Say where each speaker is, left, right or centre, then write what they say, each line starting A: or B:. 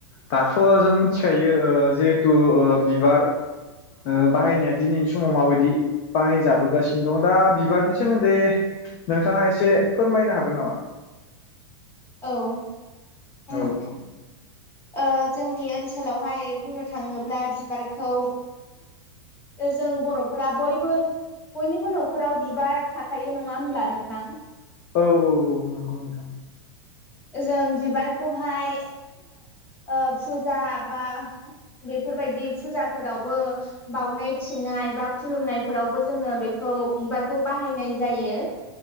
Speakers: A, on the left; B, on the left.
A: दाथ जों मिथिखायो ओ जिहेथु ओ बिबार ओ बाहायनाया दिनैनि समाव माबायदि बाहायजाबोगासिनो दं दा बिबारनि सोमोन्दै नोंथाङा एसे फोरमायनो हागोन नामा?
B: औ। उम
A: औ औ।
B: ओ जोंनि ओनसोलावहाय बुंनो थाङोब्ला बिबारखौ जों बरफोरा बयबो बयनिबो नखराव बिबार थाखायो नङा होमब्ला नोंथां।
A: औ औ औ नंगौ नोंथां।
B: जों बिबारखौहाय ओ फुजा बा बेफोरबायदि फुजाफोरावबो बाउनाय थिनाय बा खुलुमनायफोरावबो जोङो बेखौ बिबारखौ बाहायनाय जायो।